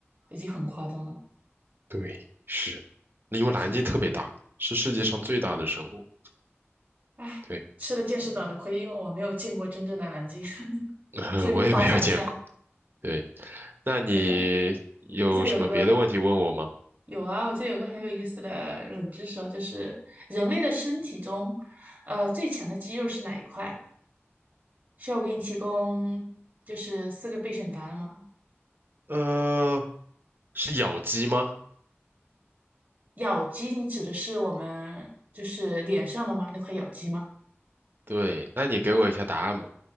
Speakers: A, on the right; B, on the right.
A: 已经很夸张了。
B: 对，是，因为蓝鲸特别大，
A: 是的，
B: 是世界上最大的生物。
A: 唉，
B: 对，
A: 吃了见识短的亏，因为我没有见过真正的南京，<laughs>
B: <laughs>
A: 所以无法想象。
B: 我也没有见过。对，那你有什么别的问题问我吗？
A: 好的，我这里有个有啊，我这里有个很有意思的冷知识哦，就是人类的身体中，呃，最强的肌肉是哪一块？需要我给你提供就是四个备选答案吗？
B: 呃，是咬肌吗？
A: 咬肌，你指的是我们就是脸上的吗？那块咬肌吗？
B: 对，那你给我一下答案吧。